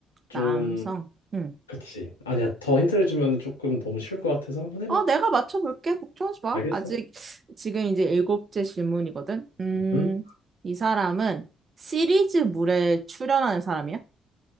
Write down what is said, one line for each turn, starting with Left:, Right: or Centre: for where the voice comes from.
Left: 좀,
Right: 남성. 응.
Left: 그치. 아니야, 더 힌트를 주면 조금 너무 쉬울 것 같아서 한번 해봐.
Right: 어, 내가 맞춰볼게. 걱정하지 마.
Left: 알겠어?
Right: 아직, 지금 이제 일곱째 질문이거든. 음,
Left: 응?
Right: 이 사람은 시리즈물에 출연하는 사람이야?